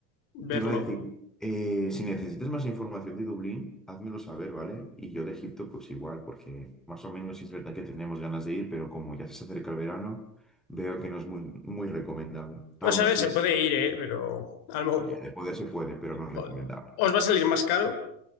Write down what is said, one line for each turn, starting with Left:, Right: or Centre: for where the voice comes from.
Left: verlo.
Centre: te iba a decir, eh, si necesitas más información de Dublín, házmelo saber, ¿vale? Y yo de Egipto, pues igual, porque más o menos sí es verdad que tenemos ganas de ir, pero como ya se acerca el verano, veo que no es muy, muy recomendable. Aún
Left: O sea,
Centre: así.
Left: a ver, se puede ir, ¿eh? Pero a lo mejor
Centre: Ya, de poder se puede, pero no es
Left: o-
Centre: recomendable.
Left: os va a salir más caro